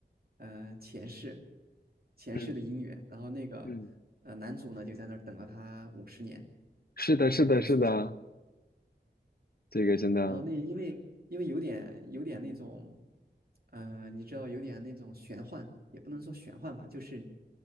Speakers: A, on the right; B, on the left.
A: 呃，前世，前世的姻缘。
B: 嗯
A: 然后那个，
B: 嗯，
A: 呃，男主呢就在那儿等了她五十年，
B: 是的，
A: 在那棵树下。
B: 是的，是的，这个真的
A: 然后那因为因为有点有点那种，呃，你知道有点那种玄幻，也不能说玄幻吧，就是